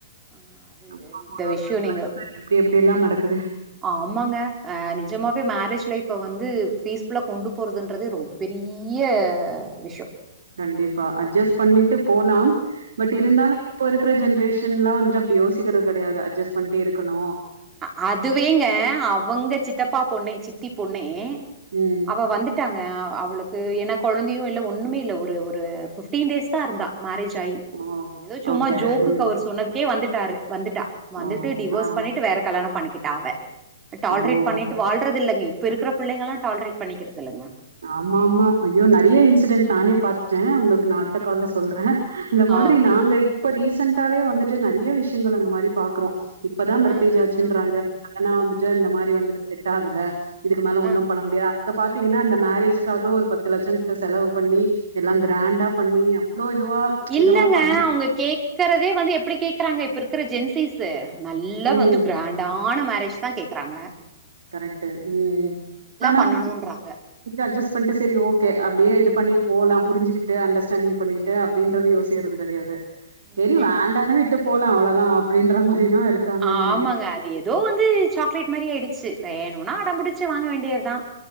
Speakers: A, on the right; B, on the right.
A: ஆ அது
B: அப்ப
A: இந்த
B: ஒரு ஒருத்தர்
A: விஷயம் நீங்க
B: லைஃப்ல எப்டி எப்டியெல்லா நடக் க்குது
A: ஆமாங்க ஆ நிஜமாவே மேரேஜ் லைஃப்ப வந்து ஃபீஸ்ஃபுல்லா கொண்டுப்போறதுன்றதே ரொம்ப பெரிய விஷ்ய
B: கண்டிப்பா அட்ஜஸ் பண்ணிட்டு போலா பட்
A: ம்.
B: இருந்தாலு இப்ப இருக்கிற ஜென்ரேஷன் லா வந்துட்டு அப்டி யோசிக்கிறது கெடையாது அட்ஜஸ் பண்ணிட்டு இருக்கணு
A: ஆ அதுவேங்க அவங்கச் சித்தப்பா பொண்ணே ச்சி த்தி பொண்ணே
B: ம்.
A: அவ வந்துட் ட்டாங்க அவளுக்கு ஏனா கொழந்தையு இல்ல ஒன்னுமே இல்ல ஒரு ஒரு ஃபிஃப்டீன் டேஸ் தா இருந்தா மேரேஜ் ஆயி
B: ஓ!
A: எதோ சும்மா
B: ஓகே.
A: ஜோக்குக்கு
B: ம்.
A: அவர் சொன்னது கே வந்துட்டாரு வந்துட்டா வந்துட்டு
B: ஓ!
A: டிவோர்ஸ்
B: ஆ.
A: பண்ணிட்டு வேற பண்ணிக்கிட்டா அவ டால்ரேட்
B: ஓ!
A: பண்ணிட்டு வாழ்றது இல்லங்க இப்ப இருக்கிற பிள்ளைங்கெல்லா டால்ரேட் பண்ணிக்கிறது இல்லங்க
B: ஆமா ஆமா ஐயோ நெறயா இன்சிடென்ட் நானே பாத்துட்ட உங்களுக்கு நா அடுத்த
A: ம்
B: கால்ல சொல்ற இந்த மாதிரி
A: ஓகே
B: நாங்க இப்ப ரீசன் ரீசெண்ட்டாவே வந்துட்டு நெறைய விஷயங்கள் அந்த மாதிரி பாக்குறோ இப்பதா மேரேஜ்
A: அ அ
B: ஆச்சுன்றாங்க
A: அ
B: ஆனா வந்துட்டு
A: அ
B: இந்த மாரி வந்துட் எட்டாதுல இதுக்கு மேல
A: அ
B: ஒன்னு பண்ண முடியா பாத்தீங்கன்னா அந்த மேரேஜ்காக ஒரு பத்து லட்சக்கிட்ட செலவு பண்ணி எல்லாம் கிராண்டா பண்ணி அவ்ளோ இதுவா
A: இல்லங்க
B: இதுவா பண்ணி
A: அவுங்க கேக்கறதே வந்து எப்டி கேக்குறாங்க இப்ரு க்கற ஜென்சீஸு நல்லா
B: ம்.
A: வந்து கிரேண்டா ஆன மேரேஜ் தா கேக்றாங்க
B: கரெக்ட்டு உம் ஆனா
A: பண்ணணுன்றாங்க
B: <inaudible> அஜஸ் பண்ட்டு செரி ஓகே அப்டியே இது பண்ணிட்டு போலா புரிஞ்சிகிட்டு அண்டஸ்டேண்டிங் பண்ணிட்டு அப்டின்றது யோசிக்கிறது கெடையாது செரி
A: ம்ஹும்
B: வேண்டான வி ட்டு போலா அவ்ளதா அப்டின்ற மாரி தான் இருக்காங்கன்னு
A: ஆ
B: நெனைக்கிறேன்.
A: ஆமாங்க அது எதோ வந்து சாக்லேட் மாரி ஆயிடுச்சு வேணுனா அடம்பிடிச்சு வாங்க வேண்டியத்தா